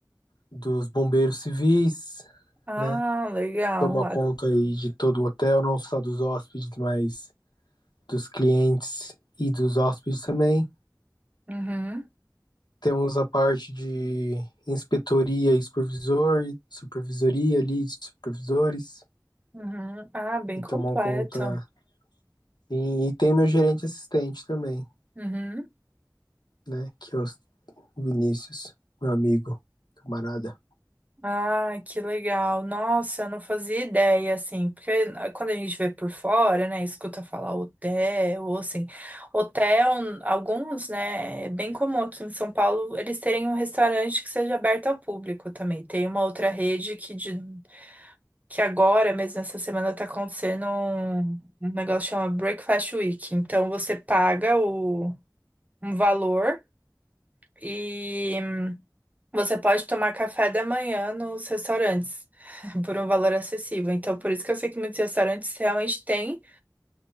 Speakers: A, on the left; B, on the right.
A: dos bombeiros civis,
B: Ah,
A: né?
B: legal.
A: Toma
B: Ah,
A: conta aí de todo o hotel, não só dos hóspedes, mas dos clientes e dos hóspedes também.
B: Uhum,
A: Temos a parte de inspetoria e supervisor, supervisoria ali, de supervisores,
B: uhum. Ah, bem
A: que
B: completo.
A: tomam conta. E, e tem meu gerente assistente também,
B: Uhum.
A: né? Que é o Vinícius, meu amigo, camarada.
B: Ai, que legal. Nossa, eu não fazia ideia, assim, porque ah, quando a gente vê por fora, né, escuta falar hotel, ou assim, hotel, alguns, né, é bem comum aqui em São Paulo eles terem um restaurante que seja aberto ao público também. Tem uma outra rede que, de, que agora, mesmo essa semana, tá acontecendo um, um negócio que chama Breakfast Week. Então, você paga o, um valor e... Você pode tomar café da manhã nos restaurantes <laughs> por um valor acessível. Então, por isso que eu sei que muitos restaurantes realmente têm